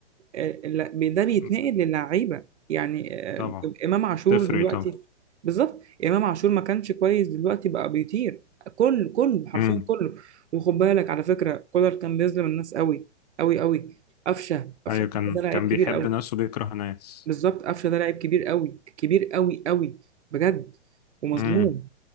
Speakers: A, on the right; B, on the left.
A: آه، لا- بي- ده بيتنقل
B: م-
A: للعيبه يعني
B: طبعا
A: آه، امام عاشور
B: تفرق
A: دلوقتي
B: طبعا
A: بالظبط امام عاشور ما كانش كويس دلوقتي بقى بيطير كله كله حرفيا
B: امم
A: كله وخد بالك على فكره كولر كان بيظلم الناس قوي قوي قوي قفشه قفشه
B: ايوه كان
A: ده
B: كان
A: لعيب كبير
B: بيحب
A: قوي
B: ناس وبيكره ناس
A: بالظبط قفشه ده لاعب كبير قوي كبير قوي قوي بجد ومظلوم
B: امم